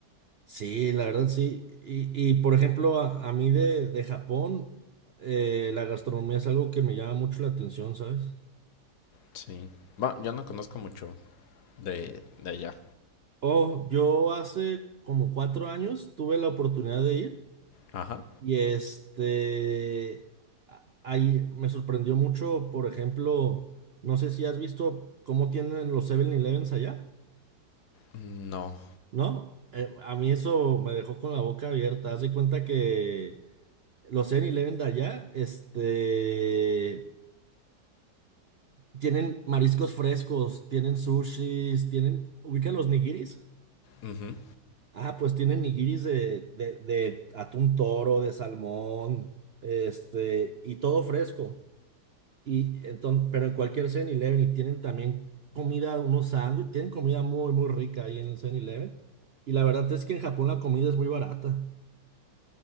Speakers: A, on the right; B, on the left.
A: Sí, la verdad, sí. Y, y, por ejemplo, a, a mí de, de Japón, eh, la gastronomía es algo que me llama mucho la atención, ¿sabes?
B: Sí. Va, yo no conozco mucho de, de allá.
A: Oh, yo hace como cuatro años tuve la oportunidad de ir.
B: Ajá.
A: Y este, a- ahí me sorprendió mucho, por ejemplo, no sé si has visto cómo tienen los Seven elevens allá,
B: No.
A: ¿no? Eh, a mí eso me dejó con la boca abierta. Haz de cuenta que los Seven eleven de allá, este, tienen mariscos frescos, tienen sushis, tienen, ubican los nigiris.
B: Ujú.
A: Ah, pues tienen nigiris de, de, de atún toro, de salmón, este, y todo fresco. Y entonces, pero en cualquier Seven eleven y tienen también comida, unos sándwiches, tienen comida muy, muy rica ahí en el Seven eleven Y la verdad es que en Japón la comida es muy barata.